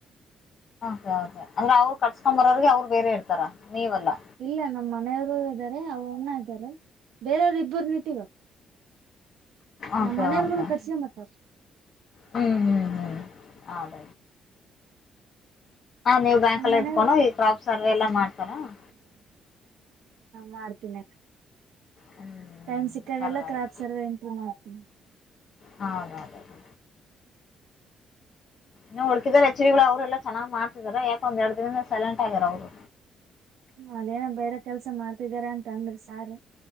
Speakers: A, on the left; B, on the right.
A: ಕೆ ಕೆ ಅಂದ್ರೆ ಅವ್ರು ಕಟ್ಸ್ಕೊಂಡ್ ಬರೋರಿಗೆ ಅವ್ರು ಬೇರೆ ಇರ್ತಾರ ನೀವಲ್ಲಾ.
B: ಇಲ್ಲ ನಮ್ಮ್ ಮನೆಯವರು ಇದ್ದಾರೆ ಅವ್ರು ಅಣ್ಣಾ ಇದ್ದಾರೆ. ಬೇರೆಯವರು ಇಬ್ಬರು ನಿಟ್ಟವ
A: ಓಕೆ
B: ನಮ್ಮ್ ಮನೆಯವರ್ಗೂನ
A: ಓಕೆ
B: ಕಟ್ಸಂ ಬರ್ತಾರ.
A: ಹ್ಮ್ ಹ್ಮ್ ಹ್ಮ್ ಅದ ನೀವು ಬ್ಯಾಂಕಲ್ಲೇ
B: ನಿ್ ಮನ
A: ಇದ್ಕೊಂಡು ಈ ಕ್ರಾಪ್ ಸರ್ವೆ ಎಲ್ಲ ಮಾಡ್ತಾರಾ ಹ್ಮ್
B: ಮಾಡ್ತೀನಿ <unintelligible>
A: ಹ್ಮ್
B: ಟೈಮ್ ಸಿಕ್ಕಾಗೆಲ್ಲ
A: ಪರವಾಗಿಲ್ಲ
B: ಕ್ರಾಪ್ ಸರ್ವೆ ಇಂತವ ಮಾಡ್ತೀವಿ.
A: ಹಾ, ಹೌದೌದು - ಇ ಉಳಕಿದ್ದವರೆ ಎಚ್ಚಿಗಿಲ ಅವ್ರು ಎಲ್ಲ ಚನ್ನಾಗಿ ಮಾಡ್ತೀದ್ದಾರೆ ಯಾಕೆ ಒಂದ ಎರಡು ದಿನ ಸೈಲೆಂಟ್ ಆಗಾರ ಅವರು.
B: ಅದೇನ ಬೇರೆ ಕೆಲ್ಸ ಮಾಡ್ತಿದಾರ ಅಂತ ಅಂದ್ರಿ ಈ ಸಾರಿ.